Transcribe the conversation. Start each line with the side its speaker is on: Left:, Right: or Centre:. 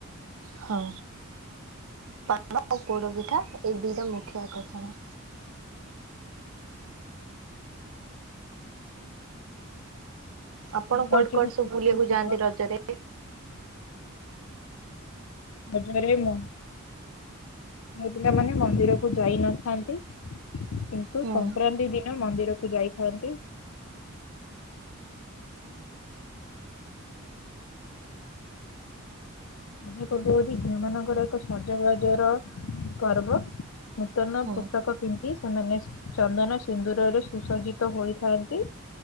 Right: ହଁ ପାନ ଆଉ ପୋଡ ପିଠା ଏଇ ଦିଇଟା ମୁଖ୍ୟ ଆକର୍ଷଣ।
Left: ଏହା
Right: ଆପଣ କୁଆଡେ
Left: ହଉଛି
Right: କୁଆଡେ
Left: ଏକ
Right: ସବୁ
Left: କୃଷି
Right: ବୁଲିବାକୁ
Left: ଭିତ୍ତିକ
Right: ଯାଆନ୍ତି ରଜରେ।
Left: ରଜରେ ମୋ ପିଲାମାନେ ମନ୍ଦିରକୁ ଯାଇ ନଥାନ୍ତି। କିନ୍ତୁ
Right: ହୁଁ
Left: ସଂକ୍ରାନ୍ତି ଦିନ ମନ୍ଦିରକୁୁ ଯାଇଥାନ୍ତି। ରଜ ପର୍ବ ହଉଛି ଝିଅ ମାନଙ୍କର ଏକ ସଜବାଜର ପର୍ବ। ନୂତନ
Right: ହୁଁ
Left: ପୋଷାକ ପିନ୍ଧି ସେମାନେ ଚନ୍ଦନ ସିନ୍ଦୁରରେ ସୁସଜ୍ଜିତ ହୋଇଥାନ୍ତି,